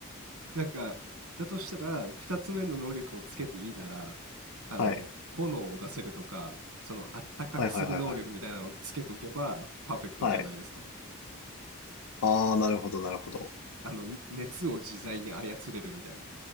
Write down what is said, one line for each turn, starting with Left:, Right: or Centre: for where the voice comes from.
Right: なんか、だとしたら、二つ目の能力をつけていいなら、あの、
Left: はい。
Right: 炎を出せるとか、その、あったかくする能力みたいなのをつけとけば、
Left: はいはいはいはい。
Right: パーフェクトじゃないですか。
Left: はい。ああ、なるほどなるほど。
Right: あの、ね熱を自在に操れるみたいな。